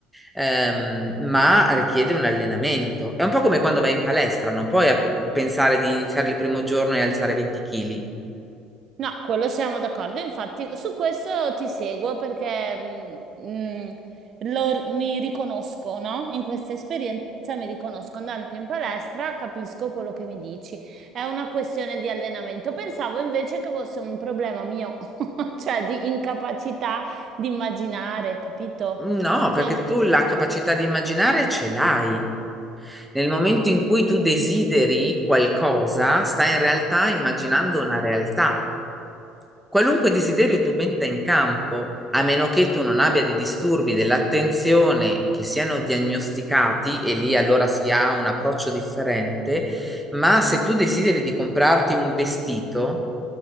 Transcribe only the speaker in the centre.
ehm, ma richiede un allenamento. È un po' come quando vai in palestra, non puoi ap- pensare di iniziare il primo giorno e alzare 20 kg.
No,
perché tu la capacità di immaginare ce l'hai. Nel momento in cui tu desideri qualcosa, stai in realtà immaginando una realtà. Qualunque desiderio tu metta in campo, a meno che tu non abbia dei disturbi dell'attenzione che siano diagnosticati, e lì allora si ha un approccio differente, ma se tu desideri di comprarti un vestito,